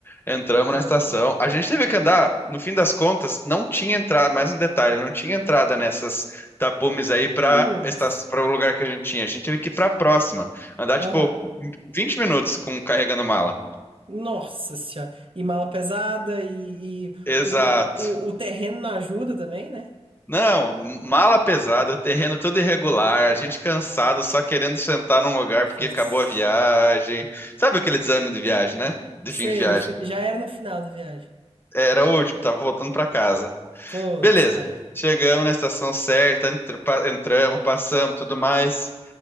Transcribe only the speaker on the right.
Uhum.
Putz.
Aham.
Nossa senhora. E mala pesada e, e
o, o, o terreno não ajuda também, né?
Putz.
Sei,
no fi- já era no final da viagem.
Putz,
cara.